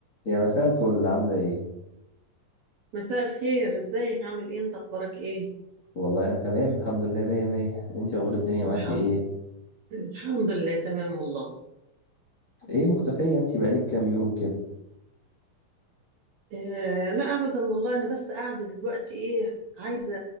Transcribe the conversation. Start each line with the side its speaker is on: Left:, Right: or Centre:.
Left: يا مساء الفل عاملة ايه؟
Right: مساء الخير ازيك عامل ايه انت اخبارك ايه
Left: والله أنا تمام الحمد لله مية مية انتي أخبار الدنيا معاكي
Right: الحمد
Left: ايه؟
Right: الحمد لله تمام والله
Left: ايه مختفية انتي بقالك كام يوم كده؟
Right: آه لا ابدا والله انا بس قاعده دلوقتي ايه عايزه